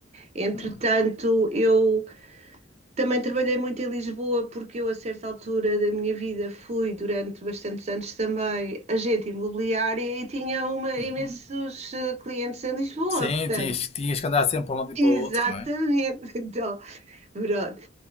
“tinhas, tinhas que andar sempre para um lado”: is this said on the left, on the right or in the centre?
Left